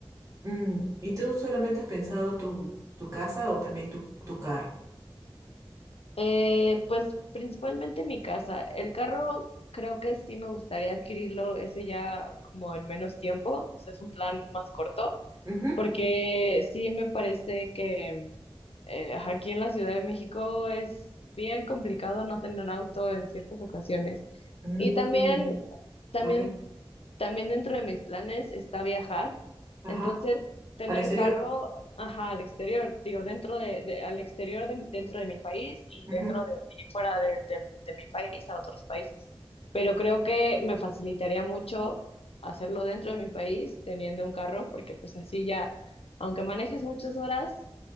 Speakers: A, on the right; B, on the left.
A: Mm, ¿Y tú solamente has pensado tu, tu casa o también tu, tu carro?
B: Eh, pues principalmente mi casa. El carro creo que sí me gustaría adquirirlo ese ya como en menos tiempo, o sea, es un plan más corto.
A: Ujú.
B: Porque sí me parece que eh, aquí en la Ciudad de México es bien complicado no tener auto en ciertas ocasiones.
A: Mm,
B: Y también, también
A: ok,
B: también dentro de mis planes está viajar,
A: ajá,
B: entonces tener
A: al exterior.
B: carro, ajá, al exterior, digo, dentro de, de- al exterior de- dentro de mi país y
A: Ujú.
B: dentro de y fuera de, del- de mi país a otros países. Pero creo que me facilitaría mucho hacerlo dentro de mi país teniendo un carro, porque pues así ya, aunque manejes muchas horas,